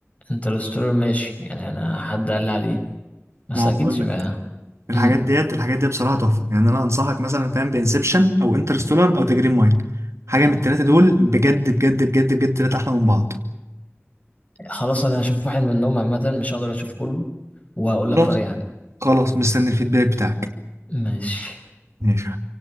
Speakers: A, on the left; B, on the right.
A: انترستولر ماشي يعني أنا حد قال لي عليه بس
B: ما هو
A: أكيد ما
B: الحاجات
A: مم.
B: ديت الحاجات دي بصراحه تحفه يعني انا انصحك مثلا فاهم بانسبشن او انترستولار او ذا جرين مايل حاجه من الثلاثه دول بجد بجد بجد بجد ثلاثه احلى من بعض
A: خلاص أنا هشوف واحد منهم عامة مش هقدر أشوف كله وهقول
B: خلاص
A: لك رأيي عنه
B: خلاص مستني الفيدباك بتاعك
A: ماشي
B: ماشي يا